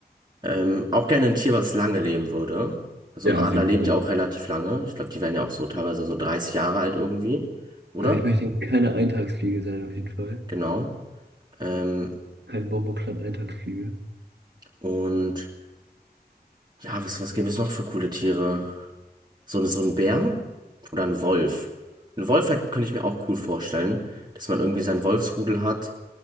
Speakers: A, on the right; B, on the right.
A: Ähm, auch gerne ein Tier, was lange leben würde. Also
B: Ja,
A: ein Adler
B: auf jeden
A: lebt
B: Fall.
A: ja auch relativ lange. Ich glaube, die werden ja auch so teilweise so 30 Jahre alt irgendwie, oder?
B: Ja, ich möchte keine Eintagsfliege sein, auf jeden Fall.
A: Genau. Ähm,
B: Kein Bomboplat-Eintagsfliege.
A: und ja, was, was gäbe es noch für coole Tiere? So, ein- so ein Bär oder ein Wolf. Ein Wolf halt, könnte ich mir auch cool vorstellen, dass man irgendwie sein Wolfsrudel hat